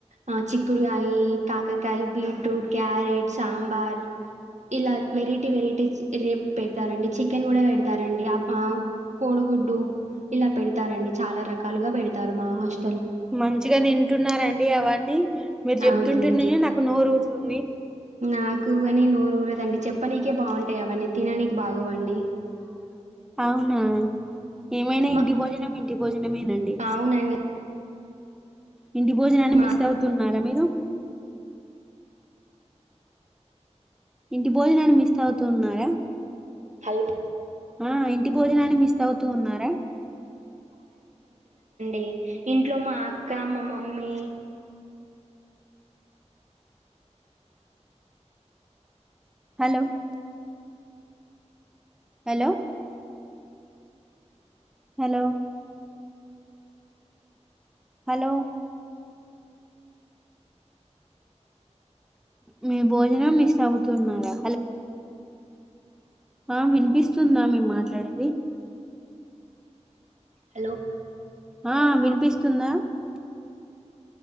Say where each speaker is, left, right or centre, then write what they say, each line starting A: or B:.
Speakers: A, on the right; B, in the centre.
A: ఆ చిక్కుడుగాయీ, కకకాయి, బీన్. Truth, carrot, sambar. ఇలా వెరైటీ వెరైటీ చి రేప్ పెడతారండి చికెన్ గూడా వెడు తారండి ఆపా కోడుగుడ్డు ఇలా పెడతారండి, చాలా రకాలుగా పెడతారు మా హాస్.
B: మంచిగా తింటున్నారండి అవన్నీ, మీరు చెప్తుంటునే
A: అవునండి.
B: నాకు నోరు ఊరుతుంది.
A: నాకు గాని నోరు ఊరదండి, చెప్పనీకే బాగుంటాయి అవన్నీ తిననికి బాగోవండీ.
B: అవున ఏమైనా
A: మా
B: ఇంటి భోజనం ఇంటి భోజనమేనండి
A: అవునండి.
B: ఇంటి భోజనాన్ని
A: మా
B: మిస్ అవుతున్నారా మీరు ఇంటి భోజనాన్ని మిస్ అవుతున్నారా
A: హలో
B: ఆ ఇంటి భోజనాన్ని మిస్ అవుతూ ఉన్నారా
A: ఎ ఇంట్లో మా అక్క మా mummy
B: hello hello hello hello మీ భోజనం మిస్ అవుతున్నారా ఆ వినిపిస్తుందా మేం మాట్లాడేది
A: హలో
B: ఆ వినిపిస్తుందా